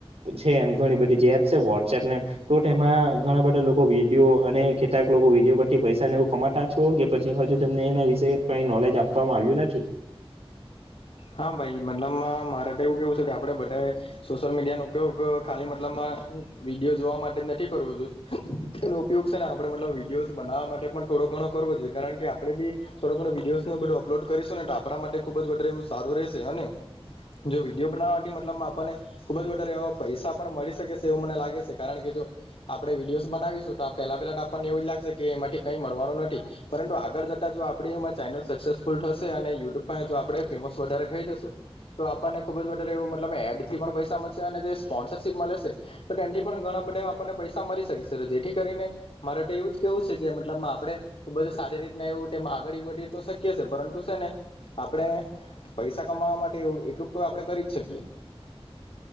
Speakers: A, on the right (about 80°); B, on the left (about 70°).
A: છે એમ ઘણી બધી જે એપ છે વોટ્સએપને ટુ તેમાં ઘણા બધા લોકો વિડીયો અને કેટલાક લોકો વિડીયો પરથી પૈસા ને એવું કમાતા છો કે પછી હજુ તમને એના વિશે કઈ નોલેજ આપવા આવ્યું નથી?
B: હા ભાઈ મતલબમાં મારે તો એવું કેવું છે કે આપડે બધાએ સોશિયલ મીડિયાનો ઉપયોગ ખાલી મતલબમાં વિડીયો જોવા માટે જ નથી કરવું યુઝ એનો ઉપયોગ છે ને આપડે મતલબ વિડીયોઝ બનાવવા માટે પણ થોડો ઘણો કરવો જોઈએ કારણ કે આપણે બી થોડો ઘણો વિડીયોઝને બધું અપલોડ કરીશુંને તો આપણા માટે ખુબ જ વધારે એવું સારું રહેશે અને જો વિડીયો બનાવાથી મતલબમા આપણને ખુબ જ વધારે એવા પૈસા પણ મળી શકે શે એવું મને લાગે છે કારણ કે જો આપણે વિડીયોસ બનાવીશું તો પેલા પેલા તો આપણને એવું જ લાગશે કે એમાંથી કઈ મળવાનું નથી. પરંતુ આગળ જતા જો આપણી ચેનલ સક્સેસફુલ થશે અને યુટ્યુબ પાહે જો આપડે ફેમસ વધારે થઈ જશું. તો આપણને ખુબ વધારે એવું મતલ એડથી પણ પૈસા મળશે અને જે સ્પોન્સરશીપ મલે શે તો તેનથી પણ ઘણા બધા એવા આપણને પૈસા મળી શકે છે. જેથી કરીને મારે તો એવું જ કેવું છે કે મતલબ આપણે ખુબ જ સારી રીતના એવું તેમા આગળી વધી શ તો શકીએ શે પરંતુ શે ને આપણે પૈસા કમાવા માટે એ એટલુંક તો આપણે કરી જ શકીએ.